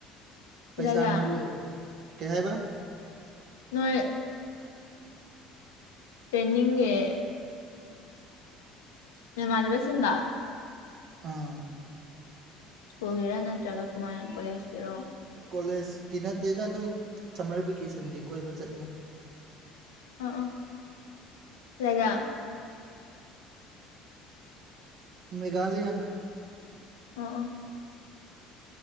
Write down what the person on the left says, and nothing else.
ꯀꯗꯥꯏꯗ
ꯅꯥꯏ ꯄꯅꯤꯡꯉꯦ ꯔꯃꯜꯕ ꯁꯤꯡ
ꯁ꯭ꯀꯨꯜꯒꯤꯔꯥ ꯅꯠꯇ꯭ꯔꯒ ꯀꯨꯃꯥꯟ ꯀꯣꯂꯦꯖꯀꯤꯔꯣ
ꯑꯥ ꯑ ꯂꯩꯗꯥ
ꯑ ꯑ